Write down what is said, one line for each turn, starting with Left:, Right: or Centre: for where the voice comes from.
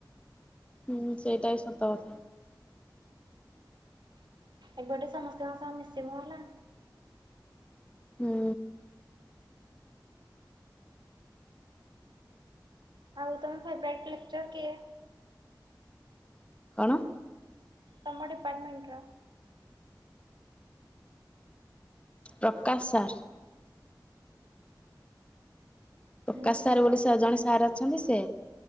Left: ହୁଁ ସେଇଟା ବିି ସତ କଥା।
Right: ଏବେଠୁ ସମସ୍ତଙ୍କ ସହ ମିଶିବୁ ହେଲା।
Left: ହୁଁ।
Right: ଆଉ ତମ ଫେବ୍ରାଇଟି ଲେକଚର କିଏ?
Left: କଣ?
Right: ତମ ଡିପାର୍ଟମେଣ୍ଟ ର?
Left: ପ୍ରକାଶ ସାର୍। ପ୍ରକାଶ
Right: ଉଁ ହୁଁ
Left: ସାର୍ ବୋଲି ସାର୍ ଜଣେ ସାର୍ ଅଛନ୍ତି ସେ